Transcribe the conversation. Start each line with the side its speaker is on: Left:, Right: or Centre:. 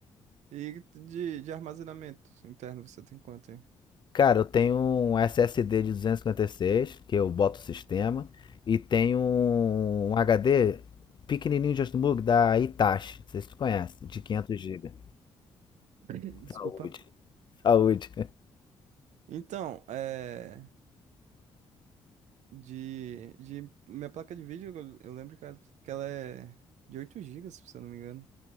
Right: E de, de armazenamento interno, você tem quanto aí?
Left: Cara, eu tenho um SSD de 256, que eu boto o sistema, e tenho um HD pequenininho de notebook da Hitachi, não sei se tu conhece, de 500 GB.
Right: <laughs> Desculpa.
Left: Saúde, saúde.
Right: Então, é. De, de minha placa de vídeo, eu, eu lembro que ela, que ela é de 8 gigas se eu não me engano.